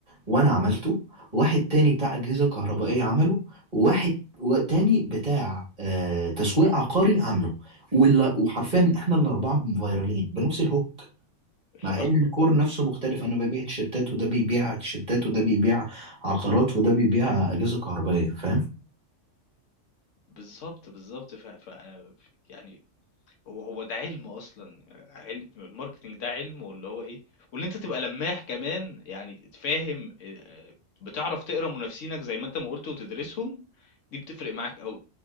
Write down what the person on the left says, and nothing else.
ان
شاء الله
بالظبط بالظبط ف... ف... يعني هو هو ده علم اصلا علم الماركتنج ده علم واللي هو ايه واللي انت تبقى لماح كمان يعني تفهم آه، بتعرف تقرا منافسينك زي ما انت ما قلت وتدرسهم دي بتفرق معاك قوي